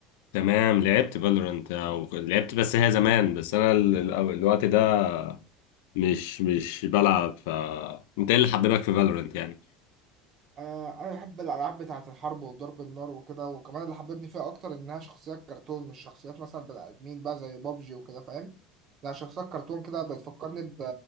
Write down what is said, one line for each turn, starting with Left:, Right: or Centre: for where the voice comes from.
Left: تمام لعبت فالورانت او لعبت بس هي زمان بس انا ال- ال- الوقت ده مش مش بلعب ف انت ايه اللي حببك في فالورنت يعني
Right: آه انا بحب الالعاب بتاعه الحرب وضرب النار وكده وكمان اللي حببني فيها اكتر انها شخصيات كرتون مش شخصيات مثلا بني ادمين بقى زي بابجي وكده فاهم لا شخصيات كرتون كده بتفكرني ب...